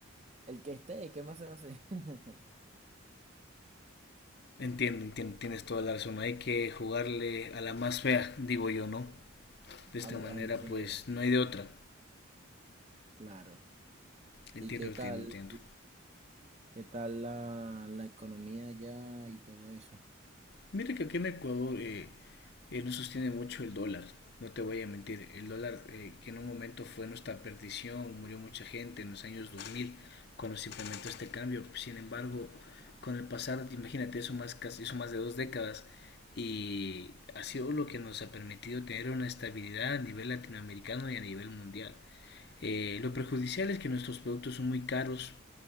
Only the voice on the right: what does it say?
el que esté, ¿qué más se va a hacer? <laughs>
Al,
al Mm. que,
claro.
¿Y qué
tal?
¿Qué tal la, la economía allá y todo eso?